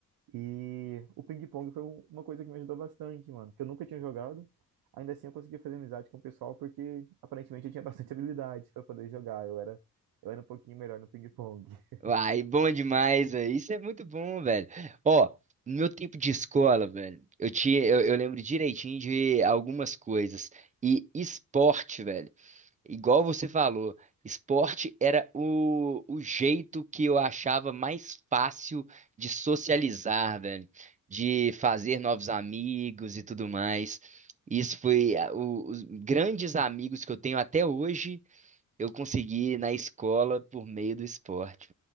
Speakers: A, on the right (about 80°); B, on the right (about 20°).
A: E o ping-pong foi um- uma coisa que me ajudou bastante, mano, porque eu nunca tinha jogado. Ainda assim, eu consegui fazer amizade com o pessoal porque aparentemente eu tinha bastante <laughs> habilidade para poder jogar. Eu era, eu era um pouquinho melhor no ping-pong. <laughs>
B: Uai, bom demais, velho. Isso é muito bom, velho. Ó, no meu tempo de escola, velho, eu tinha, eu, eu lembro direitinho de algumas coisas. E esporte, velho, igual você falou, esporte era o, o jeito que eu achava mais fácil de socializar, velho, de fazer novos amigos e tudo mais. Isso foi ah, o- os grandes amigos que eu tenho até hoje, eu consegui na escola por meio do esporte,